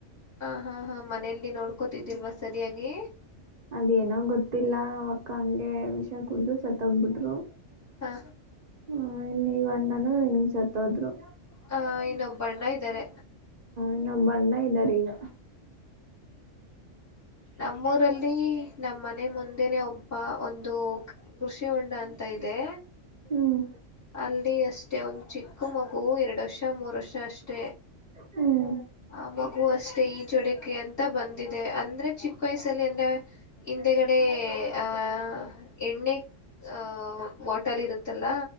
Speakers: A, on the left; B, on the right.
A: ಹ ಹಾ ಹಾ ಮನೇೆಯಲ್ಲಿ ನೋಡ್ ಹಾಕೋತಿದ್ದಿಲ್ವಾ ಸರಿಯಾಗಿ
B: ಅದೇಏನೋ ಗೊತ್ತಿಲ್ಲ ಅವಕ್ಕ ಹಂಗೆ ವಿಷ ಕುೂಡ್ದ ಸತ್ೋಗಬಿಟ್ರು
A: ಹಾ
B: ಹ ಇಲ್ಲಿ ಅಣ್ಣನು ಹಿಂಗ್ ಸತ್ತೋದ್ರು
A: ಹ ಇನ್ನೊಬ್ಬಣ್ಣ ಆಯ್ತ ್ದರೆ
B: ಇನ್ನೊಬ್ ಬಣ್ಣ ಇದ್ದಾರೆ ಈಗ
A: ನಮ್ಮೂರಲ್ಲಿ ನಮ್ಮ್ ಮನೆ ಮುಂದೆನೆ ಒಬ್ಬ ಒಂದು ಕೃಷಿ ಉಂಡ ಅಂತ ಇದೆ
B: ಹ್ಮ್
A: ಅಲ್ಲಿ ಅಷ್ಟೇ ಒಂದ್ ಚಿಕ್ಕ ಮಗು ಎರಡುರ್ಷ್ಟ ಮರಸಷ್ಟ ಅಷ್ಟ
B: ಹ್ಮ್
A: ಆ ಮಗು ಅಷ್ಟೇ ಇ ಚಟಕೆ ಅಂತ ಬಂದಿದೆ ಅಂದ್ರೆ ಚಿಕ್ಕ ವಯಸ್ಸಲ್ಲಿ ಅಂದ್ರೆ ಇಂತ ಕಡೆ ಆ ಎಣ್ಣೆ ಆಹ ಬಾಟಲ್ ಇರುತ್ತಲ್ಲ